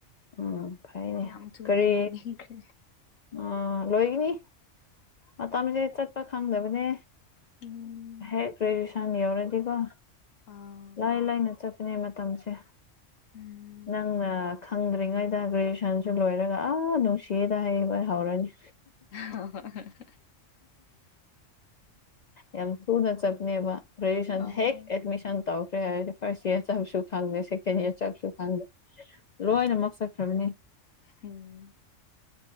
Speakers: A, on the left; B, on the left.
A: ꯎꯝ ꯐꯩꯅꯦ
B: ꯌꯥꯝ ꯊꯨꯅ
A: ꯀꯔꯤ
B: ꯂꯣꯏꯅꯤꯡꯈ꯭ꯔꯦ
A: ꯑꯥ ꯂꯣꯏꯒꯤꯅꯤ ꯃꯇꯝꯁꯦ ꯆꯠꯄ ꯈꯪꯗꯕꯅꯦ
B: ꯎꯝ
A: ꯍꯦꯛ ꯒ꯭ꯔꯦꯖꯨꯑꯦꯁꯟ ꯌꯧꯔꯗꯤ ꯀꯣ
B: ꯑꯥ
A: ꯂꯥꯏ ꯂꯥꯏꯅ ꯆꯠꯄꯅꯦ ꯃꯇꯝꯁꯦ
B: ꯎꯝ
A: ꯅꯪꯅ ꯈ ꯈꯪꯗ꯭ꯔꯤꯉꯩꯗ ꯒ꯭ꯔꯦꯖꯨꯑꯦꯁꯟꯁꯨ ꯂꯣꯏꯔꯒ ꯑꯥ ꯅꯨꯡꯁꯤꯌꯦꯗ ꯍꯥꯏꯕ ꯍꯧꯔꯅꯤ
B: ꯍꯥ ꯍꯥ
A: ꯌꯥꯝ ꯊꯨꯅ ꯆꯞꯄꯅꯦꯕ ꯒ꯭ꯔꯦꯖꯨꯑꯦꯁꯟ
B: ꯑ
A: ꯍꯦꯛ
B: ꯍꯣꯏ
A: ꯑꯦꯠꯃꯤꯁꯟ ꯇꯧꯈ꯭ꯔꯦ ꯍꯥꯏꯔꯗꯤ ꯐꯥꯔꯁ ꯏꯌꯥꯔ ꯆꯠꯁꯨ ꯈꯪꯗꯦ ꯁꯦꯀꯦꯟ ꯏꯌꯥꯔ ꯆꯝꯁꯨ ꯈꯪꯗꯦ ꯂꯣꯏꯅꯃꯛ ꯆꯠꯈ꯭ꯔꯕꯅꯤ
B: ꯍꯝ